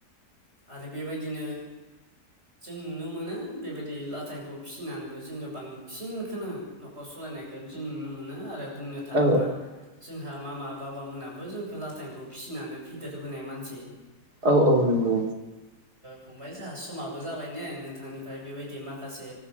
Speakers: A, on the right; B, on the right.
A: आरो बेबायदिनो जों नुनो मोनो बेबायदि लाथाइखौ फिसिनानैबो जोङो बांसिनखौनो न'खर सालायनायखौ जों नुनो मोनो आरो बुंनो थाङोबा
B: औ
A: जोंहा मामा बाबामोनहाबो जोंखौ लाथाइखौ फिसिनानै फेदेरबोनाय मानसि।
B: औ औ नंगौ।
A: फंबाय जोंहा समाबो जाबाय ने नोंथांनिफ्राय बेबायदि माखासे